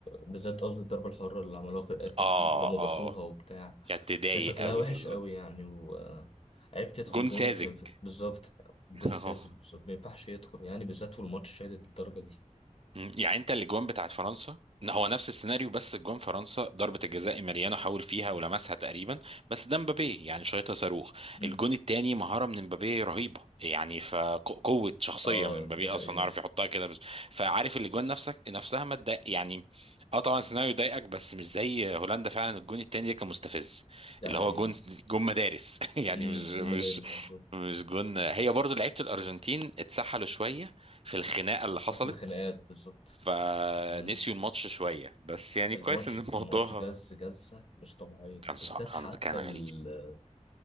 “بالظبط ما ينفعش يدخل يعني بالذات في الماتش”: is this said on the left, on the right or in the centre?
Left